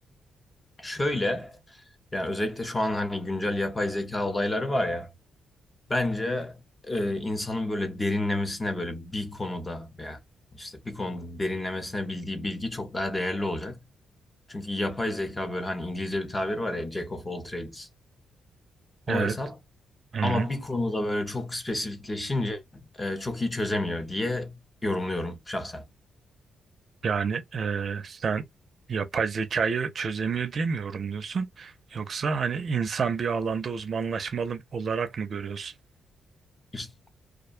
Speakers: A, on the left (about 15°); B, on the right (about 45°).
A: Şöyle, yani özellikle şu an hani güncel yapay zeka olayları var ya, bence e, insanın böyle derinlemesine böyle bir konuda veya işte bir konuda derinlemesine bildiği bilgi çok daha değerli olacak. Çünkü yapay zeka böyle hani İngilizce bir tabir var ya, Jack of all trades,
B: Evet.
A: o hesap.
B: Hı-hı.
A: Ama bir konuda böyle çok spesifikleşince e, çok iyi çözemiyor diye yorumluyorum şahsen.
B: Yani eee, sen yapay zekayı çözemiyor diye mi yorumluyorsun? Yoksa hani insan bir alanda uzmanlaşmalı olarak mı görüyorsun?
A: İşte